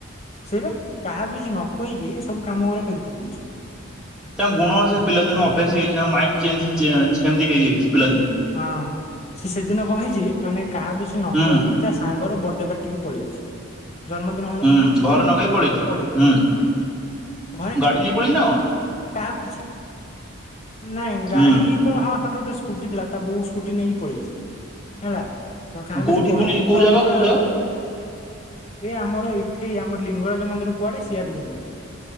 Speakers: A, on the left (about 35°); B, in the centre.
A: ସେଇ ପା କାହାକୁ କିଛି ନ କହିକି ସବୁ କାମଗୁରା କରି ପକଉଚି।
B: ତାଙ୍କ ଗୁଣ ସେ ପିଲାଦିନୁ ଅଭ୍ୟାସ ହେଇଚି ତାଙ୍କ ମାଇଣ୍ଡ୍ ଚେଞ୍ଜ୍ ହେଇ ଚେ ସେମତି ହେଇ ଯାଇଚି ପିଲାଦିନୁ।
A: ହଁ ସି ସେଦିନ କଁ ହେଇଚି ମାନେ କାହାକୁ କିଛି ନ
B: ହୁଁ
A: କହିକି ତା ସାଙ୍ଗର ବଡ଼େ ପାର୍ଟିକି ପଳେଇଚି। ଜନ୍ମଦିନ
B: ହୁଁ ଘର ନକ ପଳେଇଛୁ
A: ପଳେଇ
B: ହୁଁ
A: ଘରେ
B: ଗାଡି ନେଇ ପଳୁଛି ନା
A: କାହାଉ କିଛି ନାଇଁ ଗାଡି
B: ହୁଁ
A: ତ ହଁ ତାର ଗୋଟେ ସ୍କୁଟି ଥିଲା ତା ବୋଉ ସ୍କୁଟି ନେଇକି ପଳେଇଛି ହେଲା ତ କାହାକୁ
B: କୋଉଠି
A: କିଛି କହିନି
B: ପୁଣି କୋଉ
A: ତ
B: ଜାଗା
A: ପୁରା
B: କୋଉ ଜାଗା
A: ଏ ଆମର ଏଇଠେଇ ଆମର ଲିଙ୍ଗରାଜ ମନ୍ଦିର କୁଆଡେ ସିଆଡେ ଯାଇକି